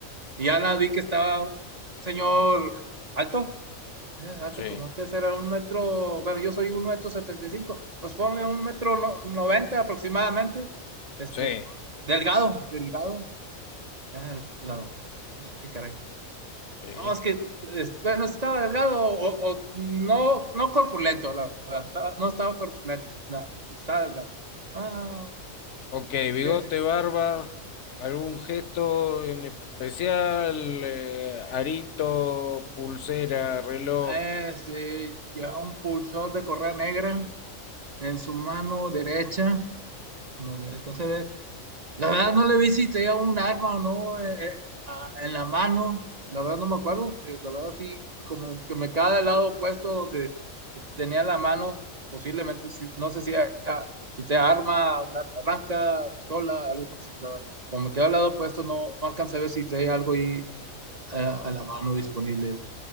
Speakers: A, on the right; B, on the left.
A: y ya la vi que estaba un señor alto, eh, alto,
B: Sí,
A: como que será un metro, bueno, yo soy un metro setenta y cinco, pues ponle un metro no- noventa aproximadamente, este,
B: sí,
A: delgado, delgado, ah, delgado, Ah, qué caray.
B: ok.
A: No, es que, es- bueno, estaba delgado o, o no, no corpulento, la verdad. Estaba- no estaba corpulento, no, estaba delgado. Ah,
B: Ok, bigote,
A: ¿qué es?
B: barba, algún gesto en especial, eh, arito, pulsera, reloj,
A: Este, llevaba un pulsor de correa negra en su mano derecha, donde alcancé a ver. La verdad no le vi si tenía un arma o no eh, eh, a- en la mano. La verdad no me acuerdo. Eh, la verdad sí, como que me cae del lado opuesto donde es- tenía la mano. Posiblemente, sí- no sé si, era- si sea arma, un arma blanca, pistola, algo parecido. La verdad, como me queda al lado opuesto, no, no alcancé a ver si tenía algo ahí eh, a la mano disponible